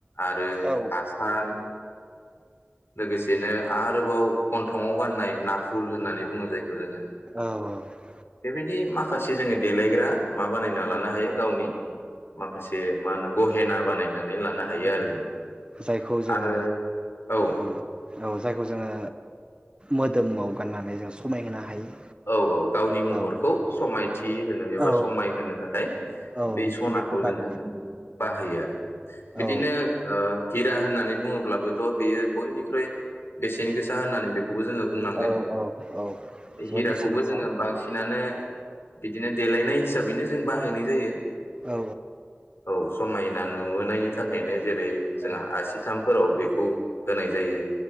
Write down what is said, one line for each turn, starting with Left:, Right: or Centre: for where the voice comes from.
Left: आरो
Right: औ
Left: आसान लोगोसेनो आरोबाव गन्थंङाव गाननाय नाफुल होननानै बुङो जायखौ जोङो
Right: औ
Left: बेबायदि माखासे माखासे जोङो देलायग्रा मा बानायना लानो हायो गावनि माखासे मा होनो गहेना बानायनानै लानो हायो आरो
Right: औ
Left: जों
Right: जायखौ जोङो
Left: आरो औ
Right: उम औ जायखौ जोङो मोदोमाव गाननानै जों समायहोनो हायो
Left: औ औ गावनि महरखौ
Right: औ
Left: समायथि होनो एबा
Right: औ
Left: समायहोनो थाखाय
Right: औ
Left: बे सनाखौ
Right: बेखौ गानो
Left: जोङो बाहायो आरो बिदिनो
Right: औ
Left: ओ हिरा होननानै बुङोब्लाबोथ' बेयो बयनिख्रुइ बेसेन गोसा होननानै बेखौबो जोङो बुंनांगोन
Right: औ औ औ जोबोद
Left: हिराखौबो
Right: बेसेन गोसा
Left: जोङो बांसिनानो बिदिनो देलायनाय हिसाबैनो जों बाहायनाय जायो
Right: औ
Left: औ समायना नुहोनायनि थाखायनो जेरै जोंहा
Right: औ
Left: आसिथामफोराव बेखौ होनाय जायो